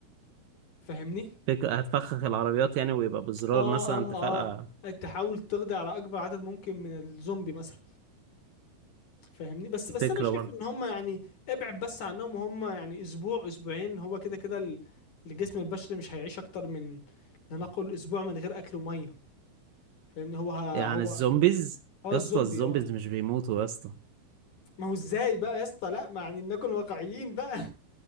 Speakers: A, on the left; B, on the right.
A: فاهمني
B: فكرة هتفخخ العربيات يعني ويبقى بزرار
A: اه
B: مثلا
A: اه
B: تفرقع
A: اه تحاول تقضي على اكبر عدد ممكن من الزومبي مثلا فاهمني بس بس
B: فكرة
A: انا شايف
B: برضه
A: ان هم يعني ابعد بس عنهم وهم يعني اسبوع اسبوعين هو كده كده ال- الجسم البشري مش هيعيش اكتر من لنقل اسبوع من غير اكل وميه فاهمني هو ه-
B: يعني
A: هو
B: الزومبيز
A: اه
B: يا
A: الزومبي
B: اسطى الزومبيز
A: اه
B: مش بيموتوا يا اسطى
A: ما هو ازاي بقى يا اسطى لا ما يعني نكون واقعيين بقى